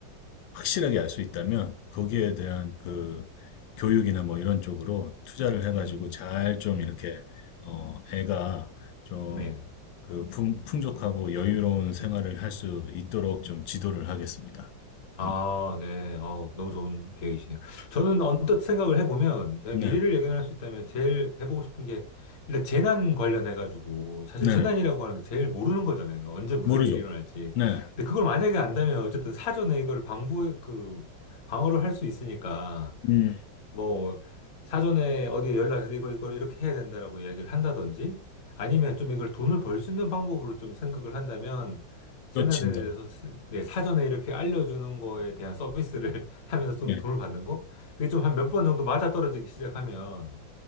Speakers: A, on the left; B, on the left.
A: 확실하게 알 수 있다면 거기에 대한 그 교육이나 뭐 이런 쪽으로 투자를 해가지고
B: 음,
A: 잘 좀
B: 음,
A: 이렇게 어 애가 좀
B: 네네.
A: 그 풍족하고 여유로운 생활을
B: 네.
A: 할 수 있도록 좀 지도를 하겠습니다.
B: 아,
A: 음.
B: 네. 어, 너무 좋은 계획이시네요. 저는 언뜻 생각을 해보면, 제가
A: 네,
B: 미래를 예견할 수 있다면 제일 해보고 싶은 게, 일단 재난 관련해가지고, 사실
A: 네,
B: 재난이라고
A: 네.
B: 하는 게 제일 모르는 거잖아요. 그러니까 언제 무슨
A: 모르죠.
B: 일이 일어날지.
A: 네,
B: 근데 그걸 만약에 안다면, 어쨌든 사전에 이걸 방부, 그, 방어를 할 수 있으니까,
A: 음,
B: 뭐 사전에 어디 연락해서 이거 이걸 이렇게 해야 된다라고 이야기를 한다든지 아니면 좀 이걸 돈을 벌 수 있는 방법으로 좀 생각을 한다면 재나대에서
A: 또 진다.
B: 네, 사전에 이렇게 알려주는 거에 대한 서비스를 <laughs> 하면서 좀
A: 네,
B: 돈을 받는 거 그게 좀 한 몇 번 정도 맞아떨어지기 시작하면